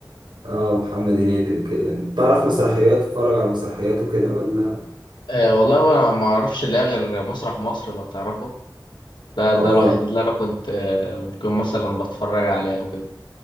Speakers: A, on the right; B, on the left.
A: اه محمد هنيدي وكده تعرف مسرحيات تتفرج على مسرحيات وكده ولا
B: آه والله انا ما اعرفش لا غير مسرح مصر لو تعرفه ده ده
A: اه
B: الوحيد اللي انا كنت آه ممكن مثلا بتفرج عليه او كده